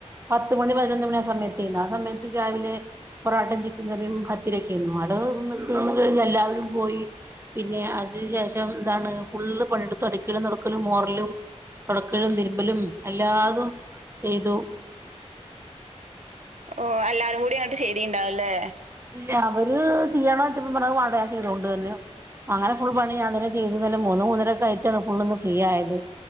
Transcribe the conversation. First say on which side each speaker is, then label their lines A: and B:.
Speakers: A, on the right; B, on the right.
A: പത്തു മണി പതിനൊന്ന് മണി ആ സമയത്തെ ആ സമയത്ത് രാവിലെ പൊറോട്ടം ചിക്കന് കറിയും ഭത്തിരിക്കെയായിരുന്നു അത് ഒന്ന് തീർന്നു കഴിഞ്ഞു എല്ലാവരും പോയി പിന്നെ അതിന് ശേഷം എന്താണ് ഫുള്ള് പണിയെടുത്ത് രാക്കലും തുടക്കലും മോറലും കൊടക്കലും തിരുമ്പലും എല്ലാതും ചെയ്തു
B: ഓ എല്ലാരും കൂടി അങ്ങട്ട് ചെയ്തിണ്ടാവും ഇല്ലേ
A: ല്ലാ അവര് ചെയ്ണ ചോച്ചപ്പ പറഞ്ഞു വാളയാ ചെയ്തോണ്ട് വരൂന്നെ അങ്ങനെ ഫുൾ പണി ഞാൻ തന്നെ ചെയ്തു ഇന്നലെ മൂന്ന് മൂന്നരൊക്കെ ആയിട്ടാണ് ഫുൾ ഒന്ന് ഫ്രീ ആയത്